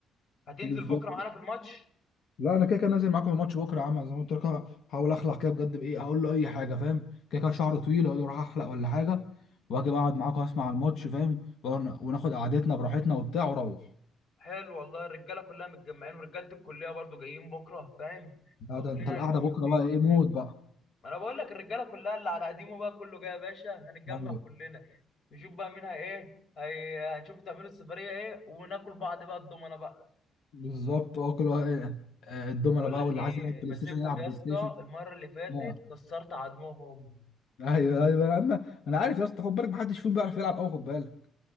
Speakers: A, on the left; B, on the left.
A: هتنزل
B: بالظبط
A: بكره معانا في الماتش
B: لا انا كده كده نازل معاكم الماتش بكره يا عم زي ما قلت لك هحاول اخلع كده بجد بايه اقول له اي حاجه فاهم كده كده شعره طويل اقول له راح احلق ولا حاجه واجي بقعد معاكم اسمع الماتش فاهم ون- وناخد قعدتنا براحتنا وبتاع واروح
A: حلو والله الرجاله كلها متجمعين ورجاله الكليه برضو جايين بكره فاهم
B: لا
A: فكلنا
B: ده انت القعده
A: هنبقى موجودين
B: بكره بقى ايه موت بقى
A: ما انا بقول لك الرجاله كلها اللي على قديمه بقى كله جاي يا باشا هنتجمع
B: أيوة.
A: كلنا نشوف بقى مين هي ايه هي هنشوف تعملوا السفريه ايه وناكل بعض بقى الضمنه بقى
B: بالظبط اه كل واحد- آه، الدومنه
A: بقول
B: بقى
A: لك
B: واللي
A: ايه
B: عايز يلعب بلاي
A: ماسكهم
B: ستيشن يلعب
A: يا
B: بلاي
A: اسطى
B: ستيشن
A: المره اللي فاتت
B: آه.
A: كسرت عضمهم
B: ايوه ايوه انا انا عارف يا اسطى خد بالك محدش فيهم بيعرف يلعب قوي خد بالك